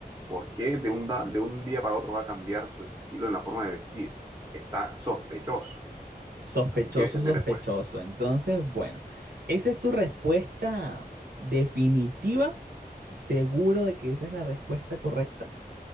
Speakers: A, on the right (about 20°); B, on the right (about 75°).
A: por qué de un, da- de un día para otro va a cambiar su estilo en la forma de vestir. Está sospechoso.
B: Sospechoso,
A: Así que esa es
B: sospechoso.
A: mi respuesta.
B: Entonces, bueno, esa es tu respuesta definitiva. ¿Seguro de que esa es la respuesta correcta?